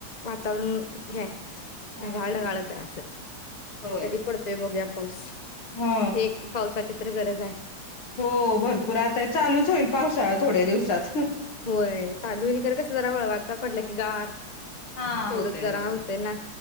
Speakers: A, on the left (about 45°); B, on the left (about 75°).
A: वातावरण हे हाय.
B: हा
A: ढगाळ ढगाळच हाय असं
B: होय
A: आता कधी पडतोय बघुया त. पाऊस.
B: ह
A: एक पावसाची तर गरज आहे.
B: हो. भरपूर आता हे चालूच होईल पावसाळा थोड्या दिवसात.
A: होय चालू होईल खरं कसं जरा वळवाचा पडलं की गार
B: हा
A: तेवढंच
B: होतय
A: जरा
B: होय
A: होतंय ना.